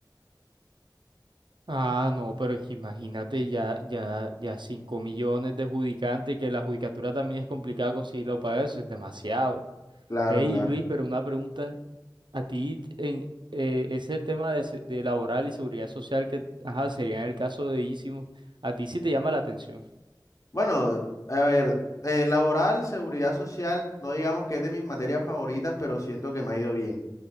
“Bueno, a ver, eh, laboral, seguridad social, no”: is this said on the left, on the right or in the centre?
Left